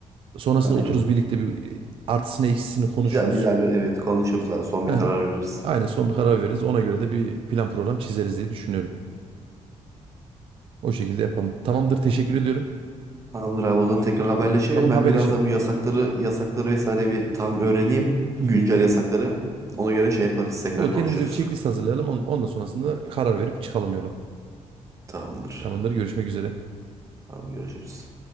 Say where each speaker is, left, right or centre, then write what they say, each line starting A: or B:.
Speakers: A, on the right; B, on the right.
A: Sonrasında
B: Aynen.
A: otururuz birlikte bir artısını eksisini konuşuruz.
B: Bir daha bir daha bir evet konuşuruz abi son
A: Hı
B: bir
A: hı.
B: karar veririz.
A: Aynen son bir karar veririz. Ona göre de bir plan program çizeriz diye düşünüyorum. O şekilde yapalım. Tamamdır teşekkür ediyorum.
B: Tamamdır abi o zaman tekrar haberleşelim.
A: Tamam
B: Ben
A: haberleşelim.
B: biraz da bu yasakları yasakları vesaire bir tam öğreneyim.
A: Hı
B: Güncel
A: hı.
B: yasakları. Ona göre şey yaparız tekrar
A: Olur
B: konuşuruz.
A: kendimize bir checklist hazırlayalım. On- Ondan sonrasında karar verip çıkalım yola.
B: Tamamdır.
A: Tamamdır görüşmek üzere.
B: Tamam görüşürüz.